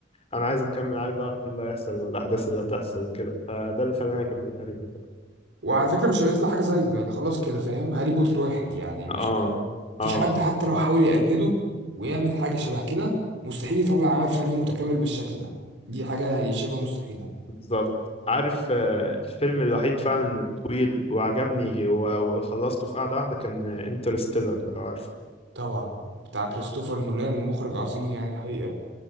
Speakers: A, on the left (about 35°); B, on the right (about 70°).
A: انا عايز اكمل عايز اعرف ايه اللي هيحصل والاحداث اللي هتحصل وكده فده اللي خلاني اكمل هاري بوتر
B: وعلى فكرة مش هيطلع حاجة زيه يعني خلاص كده فاهم هاري بوتر واحد يعني مش
A: اه
B: مفيش
A: اه
B: حد حتى لو حاول يقلده ويعمل حاجة شبه كده مستحيل يطلع عمل فني متكامل بالشكل ده دي حاجة يعني شبه مستحيلة
A: بالظبط عارف آه، الفيلم الوحيد فعلا الطويل وعجبني و- وخلصته في قعدة واحدة كان انترستيلر لو عارف
B: طبعا بتاع كريستوفر نولان مخرج عظيم يعني الحقيقة